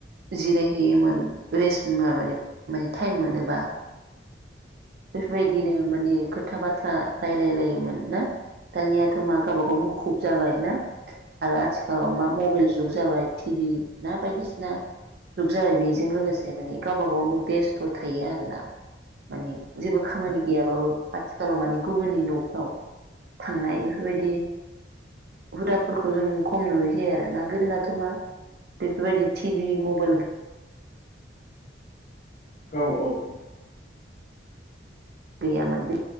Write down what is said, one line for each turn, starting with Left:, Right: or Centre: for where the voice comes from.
Right: जिरायहैयोमोन रेस्ट माबायो माने टाइम मोनोबा। बेफोर बायदिनो माने खोथ था बाथ्रा रायलायलायोमोन ना? दानियाथ' मा गावबा गाव मुखुब जाबायना? आरो आथिखालाव मा मबेल जुग जाबाय। टिभि ना बायदिसिना। जुग जाबाय बेजों लोगोसे माने गावबा गावनो बेस्थ' थायो आरोना माने जेबो खामानि गैयाबाबो आथिखालाव माने गुबुननि न'फ्राव थांनाय बेफोर बायदि हुदाफोरखौ जों खम नुहैसै आरोना गोदोनाथ' मा बेफोर बायदि थि टिभि, मबेल
Left: औ औ अ
Right: गैयामोन बे